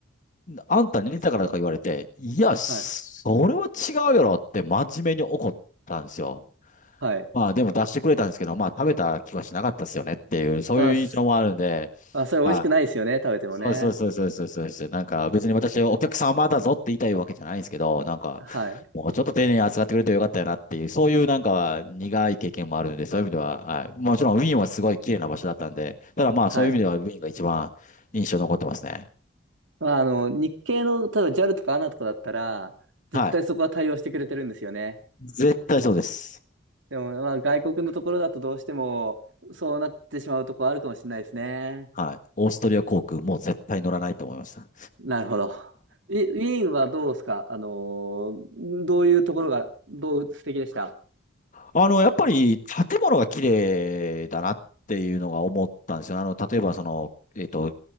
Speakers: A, on the left; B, on the right.
A: あんた寝てたからとか言われて、
B: す
A: いや、それは違うやろって真面目に怒ったんですよ。
B: はい、はい。
A: まあでも出してくれたんですけど、まあ食べた気はしなかったですよねっていう、そういう印象もあるんで、
B: まあ、すあ、それ美味しくないですよね、
A: はい
B: 食べてもね。
A: そうそうそうそうそうそうそう。なんか別に私はお客様だぞって言いたいわけじゃないんですけど、なんか
B: はい、
A: もうちょっと丁寧に扱ってくれてよかったよなっていう、そういうなんか苦い経験もあるんで、そういう意味では、はい。もちろんウィーンはすごい綺麗な場所だったんで、ただまあそういう意味ではウィーンが一番印象に残ってますね。
B: はい。まあ、あの、日系の、例えば JAL とか ANA とかだったら、絶対そこは対応してくれてるんですよね。
A: はい。絶対そうです。
B: でも、まあ、外国のところだとどうしても、そうなってしまうところあるかもしれないですね。
A: はい。オーストリア航空もう絶対乗らないと思いました。
B: なるほど。ウィ、ウィーンはどうですかあのーどういうところが、どう素敵でした
A: あの、やっぱり建物が綺麗だなっていうのが思ったんですよね。あの、例えばその、えっと、